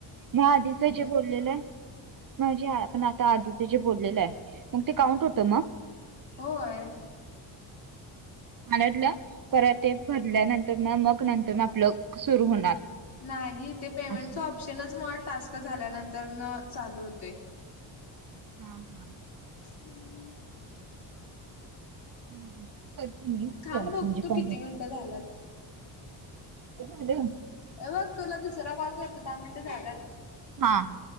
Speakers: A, on the right; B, on the left.
A: मी आधीचे जे बोललेलं आहे माझे आपण आता आधीचे जे बोललेलं आहे मंग ते काउंट होतं म?
B: होय
A: मला वाटल्या परत ते भरल्यानंतर ना मग नंतर आपलं सुरू होणार.
B: नाही ते पेमेंटच
A: असं
B: ऑप्शनच म टास्क झाल्यानंतर न चालू होतोय.
A: हां हां.
B: हम्म.
A: <unintelligible>
B: थांब
A: म्हणजे
B: बघ तू
A: फॉर्म
B: किती
A: भरतो
B: मिनिटं झालात?
A: ते झालं
B: हे बघ तुला दुसरा कॉल करतो दहा मिनटं झालंत.
A: हां.